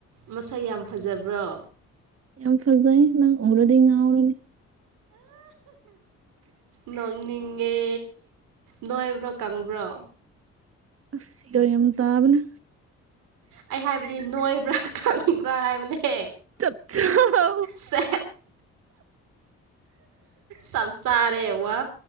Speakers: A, on the right; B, on the right.
A: ꯃꯁꯥ ꯌꯥꯝ ꯐꯖꯕ꯭ꯔꯣ
B: ꯌꯥꯝ ꯐꯖꯩ ꯅꯪ ꯎꯔꯗꯤ ꯉꯔꯅꯤ
A: ꯅꯣꯡꯅꯤꯡꯉꯦ ꯅꯣꯏꯕ꯭ꯔꯣ ꯀꯪꯕ꯭ꯔꯣ
B: ꯑꯁ ꯄꯤꯒꯔ ꯌꯥꯝ ꯇꯥꯕꯅꯦ
A: ꯑꯩ ꯍꯥꯏꯕꯗꯤ ꯅꯣꯏꯕ꯭ꯔꯥ ꯈꯪꯕ꯭ꯔꯥ ꯍꯥꯏꯕꯅꯦ
B: <unintelligible>
A: ꯁꯦ ꯆꯞ ꯆꯥꯔꯦ ꯋꯥ